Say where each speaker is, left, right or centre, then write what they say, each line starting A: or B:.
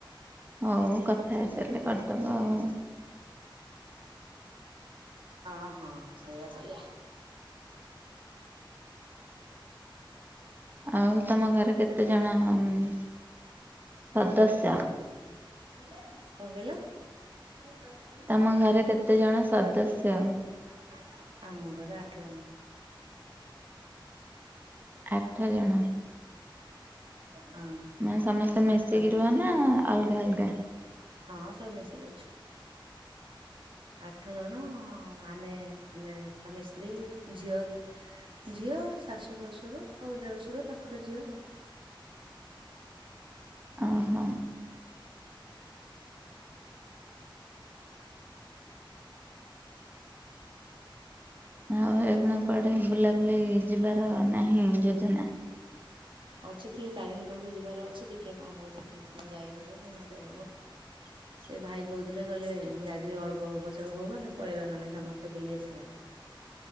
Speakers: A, on the right; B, on the right.
A: ହଉ କଥା ହେଇସାରିଲେ କରିଦବ ଆଉ।
B: ହଁ ହଁ ସେଇଆ କରିବା।
A: ଆଉ ତମ ଘରେ କେତେ ଜଣ ସଦସ୍ୟ?
B: <unintelligible> କଣ କହିଲ? <unintelligible>
A: ତମ ଘରେ କେତେ ଜଣ ସଦସ୍ୟ?
B: ଆମ ଘରେ ଆଠ ଜଣ।
A: ଆଠ ଜଣ
B: ହଁ
A: ମାନେ ସମସ୍ତେ ମିଶିକି
B: ଆଠ ଜଣ
A: ରୁହ ନା ଅଲଗା ଅଲଗା
B: ହଁ ସବୁ ମିଶିକି ଅଛୁ ଆଠ ଜଣ ଆମେ ଆମେ ସ୍ୱାମୀ ସ୍ତ୍ରୀ ଝିଅ ଝିଅ ଶାଶୁ ଶଶୁର ଆଉ ଦେଢ଼ଶୁର ତାଙ୍କର ଝିଅ ଆଉ
A: ଓହୋ ଆଉ ଏଖୁଣା କୁଆଡେ ବୁଲାବୁଲି ଯିବାର ନାହିଁ ଯୋଜନା
B: ଅଛି ଟିକେ ତାରିଣୀ ପାଖକୁ ଯିବାର ଅଛି ଦେଖିବା କଣ ହଉଛି ଯାଇହବ କି ନ ଯାଇହବ
A: ହ <inaudible>
B: ସେ ଭାଇ କହୁଥିଲେ କହିଲେ ଗାଡ଼ିରେ ଅଳ୍ପ ପଛକେ ହଉ ଆମେ ପଳେଇବା ନଲେ ସମସ୍ତେ ବୁଲି ଆସିବା